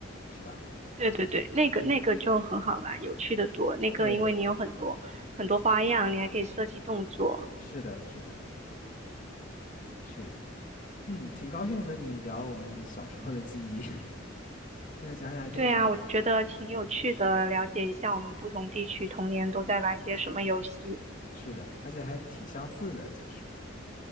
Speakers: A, on the left (about 40°); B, on the right (about 35°).
A: 是吧？
B: 对对对，那个那个就很好玩，
A: 嗯，
B: 有趣的多。那个因为你有很多很多花样，
A: 对，
B: 你还可以设计动作。
A: 是的，是的，是，嗯，挺高兴和你聊我们小时候的记忆，<laughs> 现在想想还真有意思。
B: 对啊，我觉得挺有趣的，了解一下我们不同地区童年都在玩些什么游戏。
A: 是的，而且还挺相似的，其实。